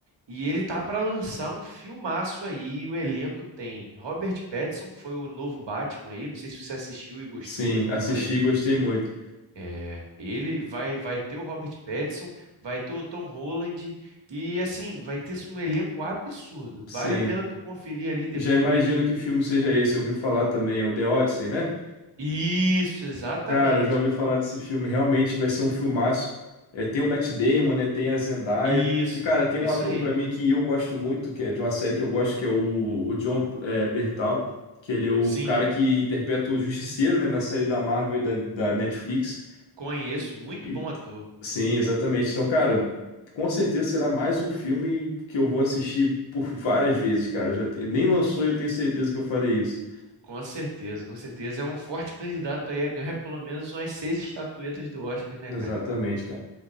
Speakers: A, on the right (about 60°); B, on the left (about 65°).
A: E ele tá pra lançar um filmaço aí, o elenco tem Robert Pattinson, que foi o novo Batman aí, não sei se você assistiu e gostou
B: Sim,
A: e tudo
B: assisti
A: mais.
B: e gostei muito.
A: É, ele vai vai ter o Robert Pattinson, vai ter o Tom Holland e assim, vai ter um elenco absurdo.
B: Sim.
A: Vale a pena tu conferir ali depois.
B: Já imagino que filme seja esse, eu ouvi falar também, é o The Odyssey, né?
A: Isso, exatamente.
B: Cara, eu já ouvi falar desse filme. Realmente vai ser um filmaço. É, tem o Matt Damon, né? Tem a Zendaya.
A: Isso,
B: E, cara, tem um
A: isso
B: ator
A: aí.
B: pra mim que eu gosto muito, que é de uma série que eu gosto, que é o, o John é, Bertal, que ele é o
A: Sim,
B: cara que interpreta o Justiceiro, né? Na série da Marvel e da, da Netflix.
A: conheço, muito
B: E-
A: bom ator.
B: sim, exatamente. Então, cara, com certeza será mais um filme que eu vou assistir por várias vezes, cara. Já te- nem lançou e eu tenho certeza que eu farei isso.
A: Com certeza, com certeza. É um forte candidato aí a ganhar pelo menos umas seis estatuetas do Oscar, né,
B: Exatamente,
A: cara?
B: cara.